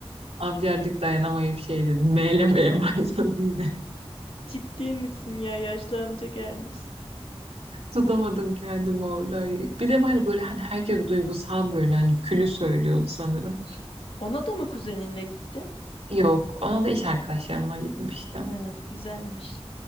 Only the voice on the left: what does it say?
Ciddi misin ya? Yaşlı amca gelmiş.
Ona da mı kuzeninle gitti?
He, güzelmiş.